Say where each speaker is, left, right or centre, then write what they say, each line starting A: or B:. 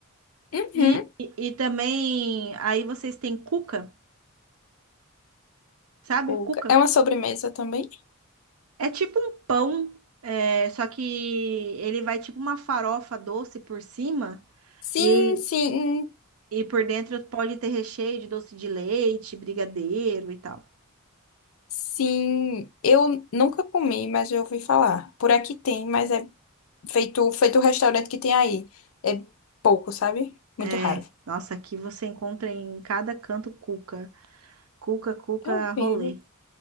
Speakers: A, on the left; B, on the right.
A: Uhum.
B: E, e, também, aí vocês têm cuca, sabe?
A: Cuca.
B: Cuca.
A: É uma sobremesa também?
B: É tipo um pão, é, só que ele vai tipo uma farofa doce por cima
A: Sim,
B: e,
A: sim,
B: e por dentro pode ter recheio de doce de leite, brigadeiro e tal.
A: sim. Eu nunca comi, mas eu ouvi falar. Por aqui tem, mas é Feito, feito o restaurante que tem aí. É pouco, sabe?
B: É,
A: Muito raro.
B: nossa, aqui você encontra em cada canto cuca. Cuca, cuca,
A: Tá ouvindo?
B: rolê.